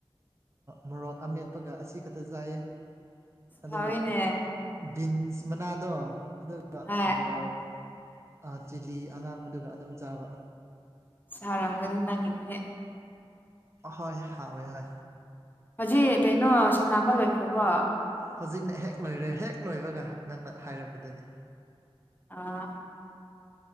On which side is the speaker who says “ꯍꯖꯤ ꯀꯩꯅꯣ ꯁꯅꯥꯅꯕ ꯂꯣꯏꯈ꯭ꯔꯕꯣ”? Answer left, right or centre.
Left